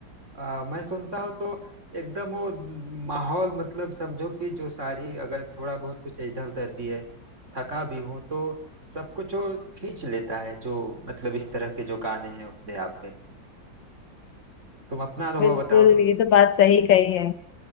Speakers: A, on the right; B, on the left.
A: आ, मैं सुनता हूँ तो एकदम वो माहौल मतलब समझो कि जो सारी अगर थोड़ा बहुत कुछ इधर उधर भी है थका भी हूँ तो सब कुछ वो खींच लेता है जो मतलब इस तरह के जो गाने हैं अपने आप में तुम अपना अनुभव
B: बिल्कुल
A: बताओ
B: ये तो बात सही कही है